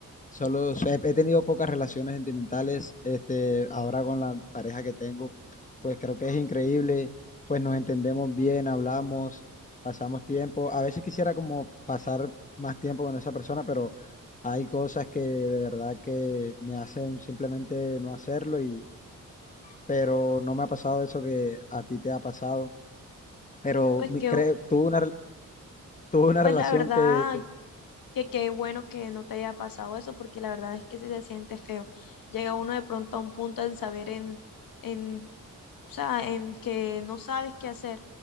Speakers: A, on the left (about 25°); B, on the left (about 90°).
A: Solo s- he, he tenido pocas relaciones sentimentales. Este, ahora con la pareja que tengo, pues creo que es increíble. Pues nos entendemos bien, hablamos, pasamos tiempo. A veces quisiera como pasar más tiempo con esa persona, pero hay cosas que de verdad que me hacen simplemente no hacerlo y pero no me ha pasado eso que a ti te ha pasado. Pero
B: Pues
A: mi-
B: que,
A: creo,
B: u-
A: tuve una, re- tuve una
B: pues
A: relación
B: la verdad,
A: que, que,
B: Que qué bueno que no te haya pasado eso, porque la verdad es que sí se siente feo. Llega uno de pronto a un punto en saber en, en, o sea, en que no sabes qué hacer.